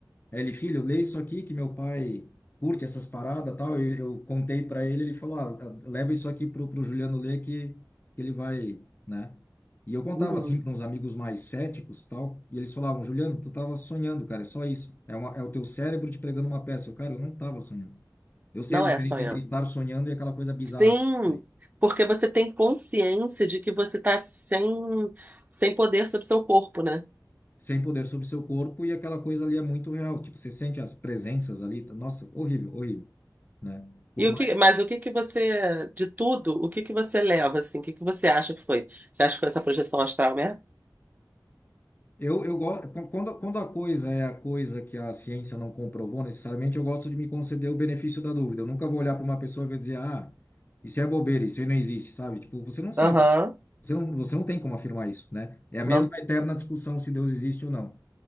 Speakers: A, on the left; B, on the right.
A: Aí Ele, filho, lê isso aqui que meu pai curte essas paradas tal. Eu, eu contei para ele, ele falou: ah, tá, leva isso aqui pro, pro Juliano ler que, que ele vai, né? E eu contava
B: Uhum.
A: assim para uns amigos mais céticos tal, e eles falavam: Juliano, tu tava sonhando, cara, é só isso. É, uma, é o teu cérebro te pregando uma peça. Eu, cara, eu não tava sonhando. Eu sei
B: Não
A: a diferença
B: é sonhando.
A: entre estar sonhando e aquela coisa bizarra
B: Sim,
A: que eu sei.
B: porque você tem consciência de que você está sem, sem poder sobre seu corpo, né?
A: sem poder sobre seu corpo e aquela coisa ali é muito real. Tipo, você sente as presenças ali. tá- Nossa, horrível, horrível, né? Por
B: E o
A: mais.
B: que, mas o que que você, de tudo, o que que você leva, assim? O que que você acha que foi? Você acha que foi essa projeção astral mesmo?
A: Eu, eu gosto. Quando, quando a coisa é a coisa que a ciência não comprovou necessariamente, eu gosto de me conceder o benefício da dúvida. Eu nunca vou olhar para uma pessoa e vou dizer, ah, isso é bobeira, isso aí não existe, sabe? Tipo, você não sabe.
B: Aham,
A: Você não, você não tem como afirmar isso, né? É a
B: não.
A: mesma eterna discussão se Deus existe ou não.